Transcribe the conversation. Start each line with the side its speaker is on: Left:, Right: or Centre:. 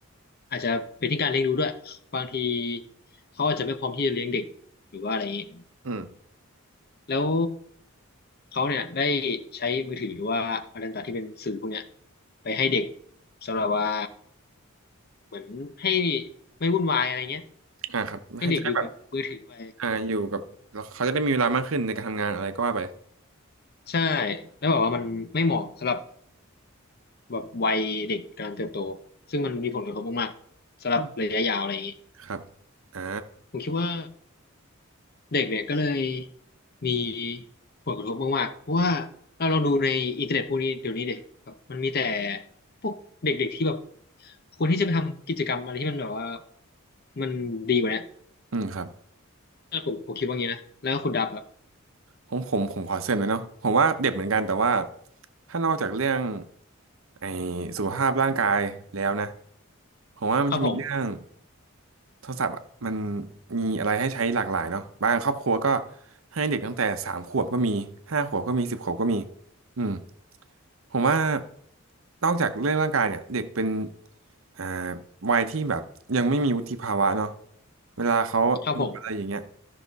Left: อาจจะเป็นที่การเลี้ยงดูด้วยบางทีเขาอาจจะไม่พร้อมที่จะเลี้ยงเด็กหรือว่าอะไรอย่างนี้
Right: อืม
Left: แล้วเขาเนี่ยได้ใช้มือถือหรือว่าอะไรต่างๆที่เป็นสื่อพวกเนี้ยไปให้เด็กสำหรับว่าเหมือนให้ไม่วุ่นวายอะไรเงี้ย
Right: อ่าครับให้จะได้แบบ
Left: ให้เด็กอยู่กับมือถือไป
Right: อ่าอยู่กับแล้วเขาจะได้มีเวลามากขึ้นในการทำงานอะไรก็ว่าไป
Left: ใช่แล้วบอกว่ามันไม่เหมาะสำหรับ แบบวัยเด็กกำลังเติบโตซึ่งมันมีผลกระทบมากๆสำหรับระยะยาวอะไรอย่างนี้
Right: อืมครับ อ่า
Left: ผมคิดว่าเด็กเนี่ยก็เลยมีผลกระทบมากๆเพราะว่าเราลองดูในอินเทอร์เน็ตพวกนี้เดี๋ยวนี้เด็กแบบมันมีแต่พวกเด็กๆที่แบบควรที่จะไปทำกิจกรรมอะไรที่มันแบบว่ามันดีกว่าเนี้ย
Right: อืมครับ
Left: แล้วผมผมคิดว่างี้นะแล้วคุณดับครับ
Right: ผมผมผมขอเสริมเลยเนาะผมว่าเด็กเหมือนกันแต่ว่าถ้านอกจากเรื่องไอ้สุขภาพร่างกายแล้วนะผมว่ามันจะมีเรื่อง
Left: ครับผม
Right: โทรศัพท์อะมันมีอะไรให้ใช้หลากหลายเนาะบางครอบครัวก็ให้เด็กตั้งแต่สามขวบก็มีห้าขวบก็มีสิบขวบก็มีอืมผมว่านอกจากเรื่องร่างกายเนี่ยเด็กเป็น อ่าวัยที่แบบยังไม่มีวุฒิภาวะเนาะเวลาเขาดูอะไรอย่างเงี้ย
Left: ครับผม